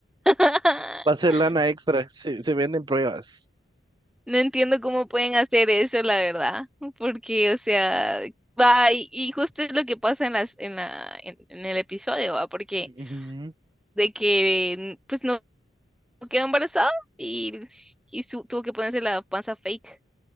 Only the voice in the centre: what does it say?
<laughs>
No entiendo cómo pueden hacer eso, la verdad, porque, o sea, va, y, y justo es lo que pasa en las, en la, en, en el episodio, va, porque
de que, pues, no quedó embarazada y, y su- tuvo que ponerse la panza fake.